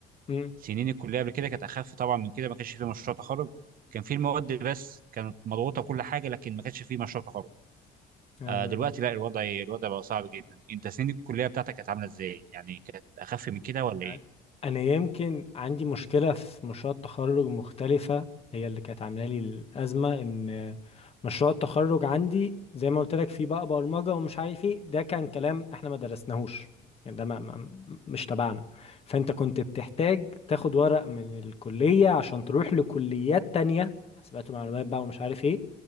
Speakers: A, on the left; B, on the right.
A: امم
B: سنين الكليه قبل كده كانت اخف طبعا من كده ما كانش في مشروع تخرج كان في المواد بس كانت مضغوطه كل حاجه لكن ما كانش في مشروع تخرج
A: ايوه
B: آه، دلوقتي
A: ايوه
B: لا الوضع الوضع بقى صعب جدا انت سنين الكليه بتاعتك كانت عامله ازاي يعني كانت اخف من كده ولا
A: يعني
B: ايه
A: انا يمكن عندي مشكله في مشروع التخرج مختلفه هي اللي كانت عامله لي الازمه ان مشروع التخرج عندي زي ما قلت لك فيه بقى برمجه ومش عارف ايه ده كان كلام احنا ما درسناهوش يعني ده ما ما مش تبعنا فانت كنت بتحتاج تاخد ورق من الكليه عشان تروح لكليات تانية حاسبات ومعلومات بقى ومش عارف ايه